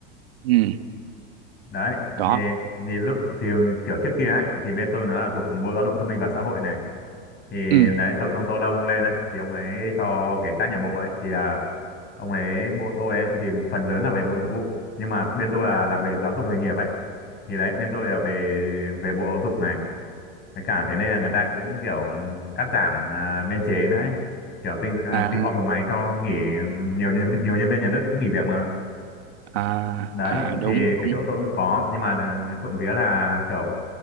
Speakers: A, on the right; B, on the left.
A: ừ
B: đấy
A: có
B: thì thì lúc thì kiểu trước kia ấy thì bên tôi nó là thuộc bộ lao động thương binh và xã hội này thì
A: ừ
B: đấy sau khi ông Tô Lâm lên ấy thì ông ấy cho cái sát nhập bộ ấy thì à, ông ấy bộ tôi ấy thì phần lớn là về bộ nội vụ nhưng mà bên tôi là làm về giáo dục nghề nghiệp ấy thì đấy bên tôi là về về bộ giáo dục này với cả thế nên là người ta cũng kiểu cắt giảm à, biên chế nữa ấy. Kiểu tinh à,
A: à
B: tinh gọn bộ máy cho nghỉ nhiều nhân nhiều nhân viên nhà nước cũng nghỉ việc mà.
A: à
B: Đấy
A: à
B: thì
A: đúng đúng
B: cái chỗ tôi cũng có nhưng mà ờ, trộm vía là kiểu